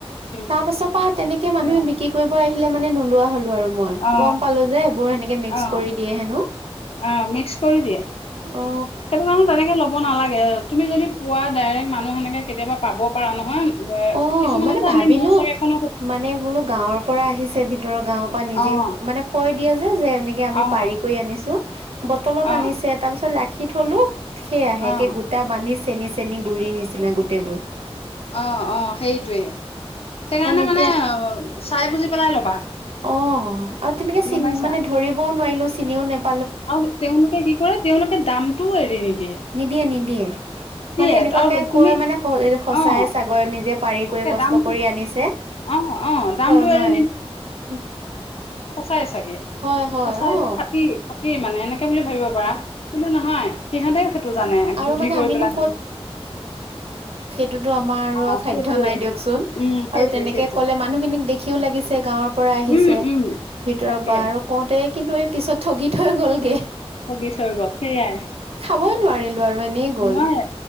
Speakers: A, on the left (about 65°); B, on the right (about 70°).
A: উম
B: তাৰ পাছৰ পৰা তেনেকে
A: সেয়াই।
B: মানুহে বিক্ৰী কৰিব আহিলে মানে নোলোৱা হলো আৰু মই
A: অ
B: গম পালো যে এইবোৰ সেনেকে মিক্স
A: অ
B: কৰি দিয়ে হেনো।
A: অ মিক্স কৰি দিয়ে।
B: অ
A: সেইটো মানুহ তেনেকে লব নালাগে তুমি যদি পোৱা ডাইৰেক্ট মানুহ সেনেকে কেতিয়াবা পাব পাৰা নহয়।
B: অ
A: কিছুমানে
B: মানে
A: যে
B: ভাবিলো
A: আনে মৌচাক এখন
B: মানে বোলো গাঁৱৰ পৰা আহিছে ভিতৰৰ গাঁৱৰ পৰা নিজে
A: অ',
B: মানে কৈ দিয়ে যে এনেকে আমি
A: অ',
B: পাৰি কৰি আনিছো বটলত
A: অ',
B: আনিছে তাৰ পিছত ৰাখি থলো সেইয়াহে
A: অ',
B: কে গোটা বান্ধিছে চেনি চেনী গুৰি নিচিনা গোটেইবোৰ
A: অ অ সেইটোৱে, সেইকাৰণে
B: কাৰণ এতিয়া
A: মানে চাই বুজি পেলাই ল'বা
B: অ আৰু তেনেকে চিন
A: গম পাইছা?
B: মানে ধৰিবও নোৱাৰিলো চিনিও নে
A: আৰু তেওঁলোকে কি কৰে তেওঁলোকে দামটোও এৰি নিদিয়ে
B: নিদিয়ে নিদিয়ে,
A: দিয়ে
B: মানে এনেকুৱাকে
A: আৰু তুমি
B: কয় মানে সঁচাই
A: অ',
B: চাগৈ নিজে পাৰি
A: তাকে
B: কৰি কষ্ট
A: দামটো
B: কৰি আনিছে,
A: অ', অ', দামটো
B: হয় হয়
A: এৰি সচাই চাগে
B: হয় হয়
A: সঁচাই
B: অ
A: এইটো খাটি খাটি মানে এনেকে বুলি ভাবিব পাৰা, কিন্তু নহয় সিহঁতেও টো জানে
B: আৰু
A: বুদ্ধি
B: মানে
A: কৰি
B: আমিনো
A: পেলাই
B: তো আমাৰ আৰু
A: অ
B: সাধ্য
A: সেইটোৱে
B: নাই দিয়কচোন,
A: উম সেইটোৱে
B: আৰু তেনেকে
A: সেইটোৱে
B: ক'লে মানুহখিনিক দেখিও লাগিছে গাঁৱৰ পৰা আহিছে
A: উম উম
B: ভিতৰৰ
A: তাকে
B: পৰা আৰু কওঁতে কিন্তু এই পিছত ঠগি থৈ গলগে
A: ঠগী থৈ গল, সেইয়াই
B: কবই নোৱাৰিলো আৰু এনেই গ'ল।
A: নোৱাৰে